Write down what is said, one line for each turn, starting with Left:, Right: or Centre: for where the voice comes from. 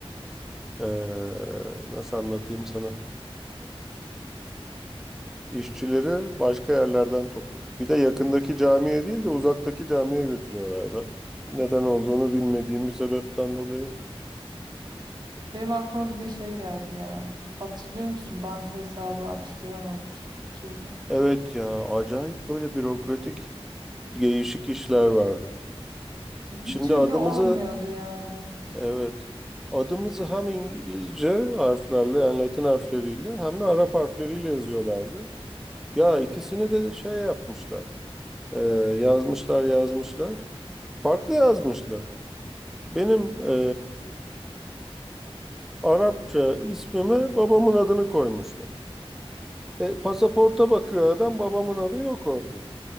Centre: Ee, nasıl anlatayım sana? İşçileri başka yerlerden topladık. Bir de yakındaki camiye değil de uzaktaki camiye götürüyorlardı. Neden olduğunu bilmediğim bir sebepten dolayı.
Right: Benim aklıma bir de şey geldi ya. Hatırlıyor musun? Banka hesabı açtıramamıştık bir türlü.
Centre: Evet ya, acayip böyle bürokratik, değişik işler vardı.
Right: Bir
Centre: Şimdi
Right: türlü
Centre: adımızı
Right: olmuyordu yani.
Centre: Evet. Adımızı hem İngilizce harflerle yani Latin harfleriyle hem de Arap harfleriyle yazıyorlardı. Ya ikisini de şey yapmışlar. e, yazmışlar yazmışlar. Farklı yazmışlar. Benim e, Arapça ismime babamın adını koymuşlar. E, pasaporta bakıyor adam babamın adı yok orada.